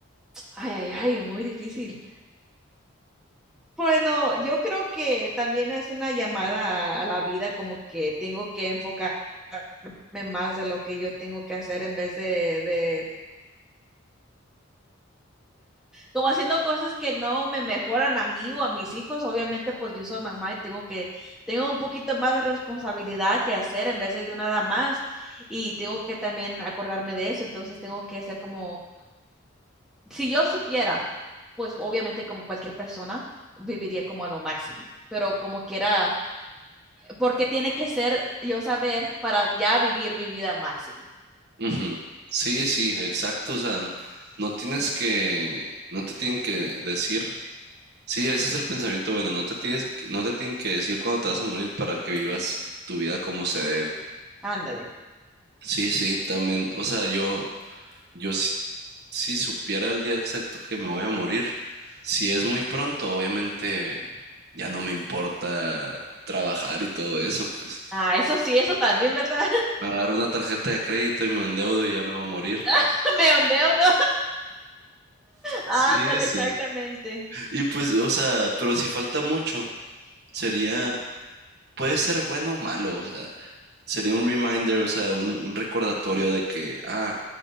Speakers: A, in the centre; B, on the right (about 50°).
A: ay, ay, ay, muy difícil. Bueno, yo creo que también es una llamada a la vida, como que tengo que enfocarme más de lo que yo tengo que hacer en vez de, de como haciendo cosas que no me mejoran a mí o a mis hijos, obviamente pues yo soy mamá y tengo que, tengo un poquito más de responsabilidad que hacer en vez de yo nada más y tengo que también acordarme de eso, entonces tengo que ser como, si yo supiera, pues obviamente como cualquier persona viviría como a lo máximo, pero como quiera, porque tiene que ser yo saber para ya vivir mi vida máximo.
B: Ujú. Sí, sí, exacto. O sea, no tienes que, no te tienen que decir Sí, ese es el pensamiento bueno, no te tienes, no te tienen que decir cuándo te vas a morir para que vivas tu vida como se debe.
A: Ándale.
B: Sí, sí, también, o sea, yo, yo si, si supiera el día exacto que me voy a morir, si es muy pronto, obviamente ya no me importa trabajar y todo eso, pues
A: Ah, eso sí, eso también, ¿verdad?
B: me agarro una tarjeta de crédito y me endeudo y ya me voy a morir.
A: <laughs> Me endeudo. Ándale,
B: Sí, sí.
A: exactamente.
B: Y pues, o sea, pero si falta mucho, sería puede ser bueno o malo, o sea, sería un reminder, o sea, un, un recordatorio de que, ah,